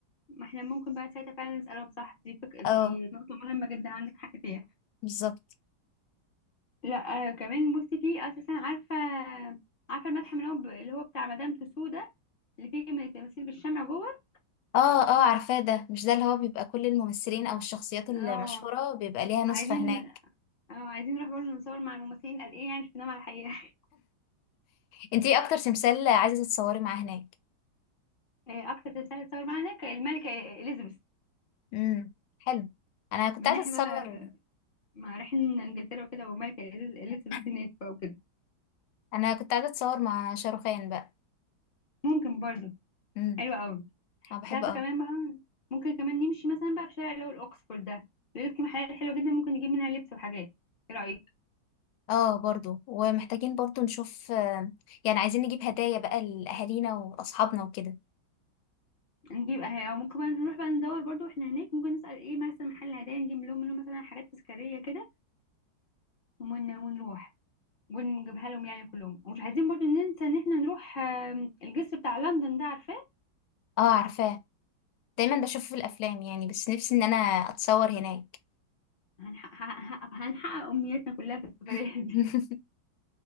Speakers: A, on the left; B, on the left.
A: ما احنا ممكن بقى ساعتها فعلا نسألهم صح دي فك... دي
B: اه
A: نقطة مهمة جدا عندك حق فيها
B: بالظبط
A: لا آه كمان بصي في أساسا عارفة عارفة المتحف اللي هو ب- اللي هو بتاع مدام تسو ده اللي فيه من التماثيل بالشمع جوه
B: اه اه عارفاه ده مش ده اللي هو بيبقى كل الممثلين او الشخصيات المشهوره
A: اه
B: بيبقى ليها نسخه
A: عايزين
B: هناك
A: اه عايزين نروح برضه نصور مع الممثلين قال ايه يعني شفناهم على الحقيقة <laughs>
B: انت ايه اكتر تمثال عايزه تتصوري معاه هناك
A: آه، أكتر تمثال اتصور معانا كان الملكة إليزابيث
B: امم حلو انا كنت
A: من
B: عايزه
A: احنا
B: اتصور
A: بقى مع رايحين انجلترا وكده والملكة إليز- إليزابيث
B: <laughs>
A: هناك بقى وكده
B: انا كنت عايزه اتصور مع شاروخان بقى
A: ممكن برضه
B: امم
A: حلو قوي
B: انا بحبه
A: انت عارفه
B: قوي
A: كمان بقى ممكن كمان نمشي مثلا بقى في شارع اللي هو الاوكسفورد ده بيقول لك في محلات حلوه جدا ممكن نجيب منها لبس وحاجات ايه رايك
B: اه برضو ومحتاجين برضو نشوف آه، يعني عايزين نجيب هدايا بقى لاهالينا واصحابنا وكده
A: نجيب اهي أو ممكن بقى نروح بقى ندور برضو احنا هناك ممكن نسال ايه مثلا محل هدايا نجيب لهم منه مثلا حاجات تذكاريه كده ون... ونروح ونجيبها لهم يعني كلهم ومش عايزين برضو ننسى ان احنا نروح آم، الجسر بتاع لندن ده عارفاه
B: اه عارفاه دايما بشوفه في الافلام يعني بس نفسي ان انا اتصور هناك
A: هنحقق هنحقق هنحقق امنياتنا كلها في السفريه
B: <laughs>
A: دي